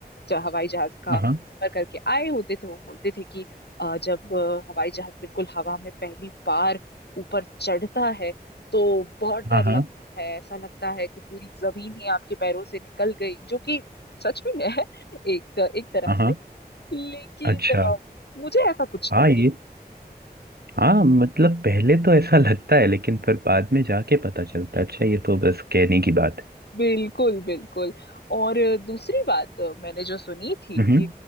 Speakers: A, on the left; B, on the right.
A: जो हवाई जहाज का
B: हाँ
A: सफर करके आए होते थे वो बोलते थे कि अ, जब अ, हवाई जहाज बिल्कुल हवा में पहली बार ऊपर चढ़ता है तो बहुत डर
B: हाँ हाँ
A: लगता है ऐसा लगता है कि पूरी जमीन ही आपके पैरों से निकल गई जो कि सच भी है <laughs> एक एक तरह
B: हाँ
A: से लेकिन
B: अच्छा
A: अ, मुझे ऐसा कुछ
B: हाँ
A: नहीं
B: ये हाँ मतलब पहले तो ऐसा लगता है लेकिन फिर बाद में जाके पता चलता है अच्छा ये तो बस कहने की बात है
A: बिल्कुल बिल्कुल और दूसरी बात मैंने जो सुनी थी
B: हम्म
A: कि